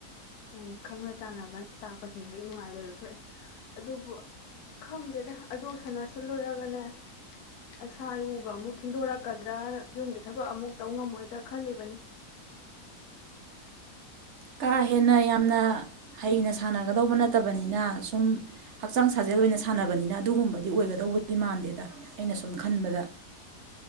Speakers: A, on the left; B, on the right.
A: ꯍꯥꯏꯣꯏꯅꯦ ꯈꯪꯅ ꯆꯥꯟꯅꯕ ꯇꯥꯛꯄꯁꯤꯅ ꯍꯦꯛ ꯅꯨꯡꯉꯥꯏꯕꯗꯨ ꯊꯣꯛꯑꯦ ꯑꯗꯨꯕꯨ ꯈꯪꯗꯦꯗ ꯑꯗꯨ ꯁꯥꯟꯅꯁꯤꯜꯂꯨꯔꯒꯅꯦ ꯏꯁꯁꯥ ꯏꯨꯒ ꯑꯃꯨꯛ ꯊꯤꯟꯗꯣꯔꯛꯀꯗ꯭ꯔꯥ ꯌꯨꯝꯒꯤ ꯊꯕꯛ ꯑꯃꯨꯛ ꯇꯧ ꯉꯝꯃꯣꯏꯗ꯭ꯔꯥ ꯈꯜꯂꯤꯕꯅꯤ
B: ꯀꯥ ꯍꯦꯟꯅ ꯌꯥꯝꯅ ꯍꯩꯅ ꯁꯥꯟꯅꯒꯗꯧꯕ ꯅꯠꯇꯕꯅꯤꯅ ꯁꯨꯝ ꯍꯛꯆꯥꯡ ꯁꯥꯖꯦꯜ ꯑꯣꯏꯅ ꯁꯥꯟꯅꯕꯅꯤꯅ ꯑꯗꯨꯒꯨꯝꯕꯗꯤ ꯑꯣꯏꯒꯗꯧꯕꯗꯤ ꯃꯥꯟꯗꯦꯗ ꯑꯩꯅ ꯁꯨꯝ ꯈꯟꯕꯗ